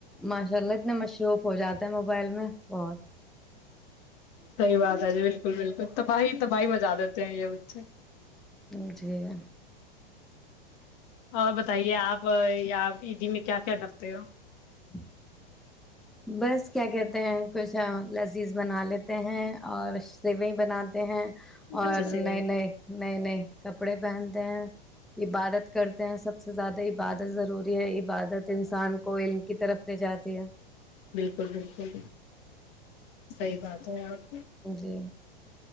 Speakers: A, in the centre; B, on the left (about 45°).
A: ماشاء اللہ اتنے مشروف ہو جاتا ہے موبائل میں بہت
B: صحیح بات ہے جی بالکل بالکل تباہی تباہی مجا دیتے ہیں یہ بچے
A: نہیں چاہی گ
B: اور بتائیے آپ پ عیدی میں کیا کیا کرتے ہو
A: ہ <inaudible> بس کیا کہتے ہیں کچھ لذیذ بنا لیتے ہیں اور سیویں بناتے ہیں
B: اچھا
A: اور
B: سے بھائی
A: نئے نئے نئے نئے کپڑے پہنتے ہیں عبادت کرتے ہیں سب سے زیادہ عبادت ضروری ہے عبادت انسان کو علم کی طرف لے جاتا دیا
B: بالکل بالکل صحیح بات ہے آپ
A: جی